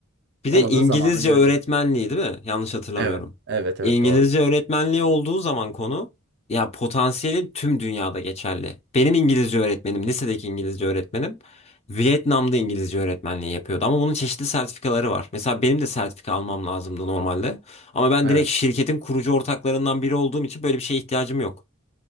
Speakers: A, on the left; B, on the right.
A: Bir
B: Onu
A: de İngilizce
B: da zamanla göreceğiz.
A: öğretmenliği değil mi? Yanlış hatırlamıyorum.
B: Evet. Evet,
A: İngilizce
B: evet doğru.
A: öğretmenliği olduğu zaman konu ya potansiyelin tüm dünyada geçerli. Benim İngilizce öğretmenim, lisedeki İngilizce öğretmenim Vietnam'da İngilizce öğretmenliği yapıyordu. Ama bunun çeşitli sertifikaları var. Mesela benim de sertifika almam lazımdı normalde. Ama ben
B: Evet.
A: direkt şirketin kurucu ortaklarından biri olduğum için böyle bir şeye ihtiyacım yok.